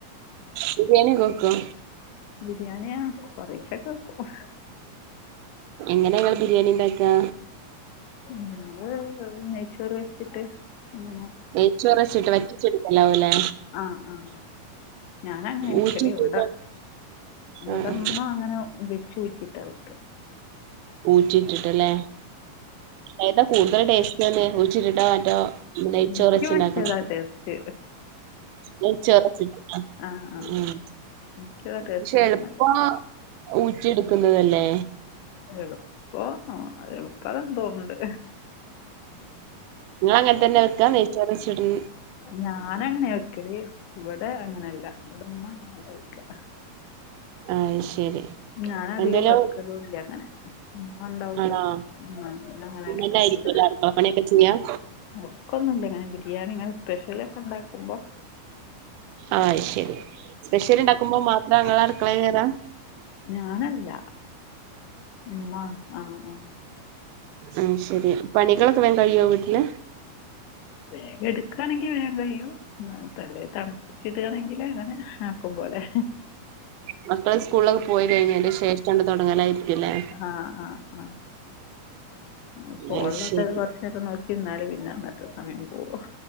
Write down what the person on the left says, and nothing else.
ബിരിയാണി ആഹ് കൊറേച്ചൊക്കെ വെക്കും
ഞങ്ങള് വെറും നെയ്ച്ചോറ് വെച്ചിട്ട് അങ്ങനെ
ആഹ് ആഹ് ഞാനങ്ങനാ വെക്കല്
ഇവിടെ ഇവിടുമ്മ
അങ്ങനെ വെച്ചുറ്റിട്ടാ വെക്ക
എനിക്ക് മറ്റേതാണ്
ടേസ്റ്റ്
ആ ആ
എനിക്കതാണ് ടേസ്റ്റ്
തോന്നുന്നത്
എളുപ്പോ അ എളുപ്പത് തോന്ന്ണ്ട്
ഞാനങ്ങനെ വെക്കല് ഇവിടെ അങ്ങനല്ല ഇവിടുമ്മ അങ്ങനല്ല വെക്ക
ഞാൻ അധികം
വെക്കലുല്ല അങ്ങനെ ഉമ്മ ണ്ടാവും ഇവിടെ
ആ ഞങ്ങളെ
അടുപ്പിക്കൂല
ഒക്കുന്ന്ല്ല ഞാൻ ബിരിയാണി ഇങ്ങനെ സ്പെഷ്യല് ഒക്കെ ഉണ്ടാക്കുമ്പോ
ഞാനല്ല ഉമ്മ ആഹ് ആഹ്
വേഗ എടുക്കയാണെങ്കി വേഗം കഴിയും എന്നാലും പെല്ലേക്കാനും ചിടു ആണെങ്കിൽ അങ്ങനെ ആക്കും പോലെ
ആഹ് ആഹ് ആഹ് ഇപ്പ
ഒള്ളപ്പൊള്
കൊറേ എത്രയൊക്കെ നോക്കി നിന്നാലും പിന്നെന്നിട്ട് സമയം പോവും